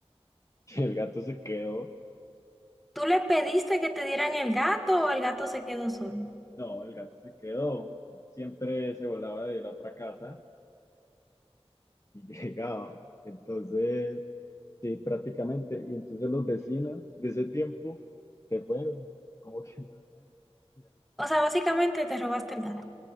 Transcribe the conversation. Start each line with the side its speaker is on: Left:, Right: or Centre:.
Left: <laughs> y el gato se quedó.
Centre: ¿Tú le pediste que te dieran el gato o el gato se quedó solo?
Left: No, el gato se quedó. Él Siempre se volaba de la otra casa y <laughs> llegaba. Entonces, sí, prácticamente. Y entonces los vecinos de ese tiempo se fueron. Como que no <laughs> se
Centre: O sea, básicamente te robaste el gato.